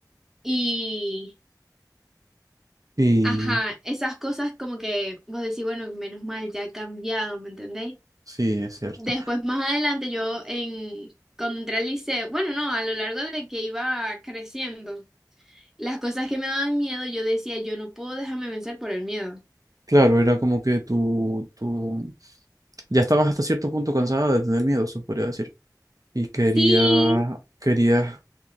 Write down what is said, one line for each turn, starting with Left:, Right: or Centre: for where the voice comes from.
Centre: y,
Right: Y
Centre: ajá, esas cosas como que vos decís, bueno, menos mal, ya he cambiado, ¿me entendéis?
Right: sí, es cierto.
Centre: Después, más adelante, yo en, cuando entré al liceo, bueno, no, a lo largo de que iba creciendo, las cosas que me daban miedo, yo decía, yo no puedo dejarme vencer por el miedo.
Right: Claro, era como que tú, tú ya estabas hasta cierto punto cansada de tener miedo, se podría decir. Y quería,
Centre: Sí,
Right: querías